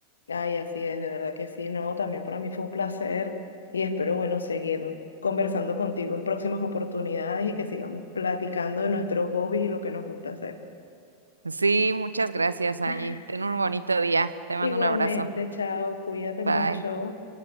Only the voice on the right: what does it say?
Sí, muchas gracias, Angie.
Ten un bonito día. Te mando
un abrazo.
Bye.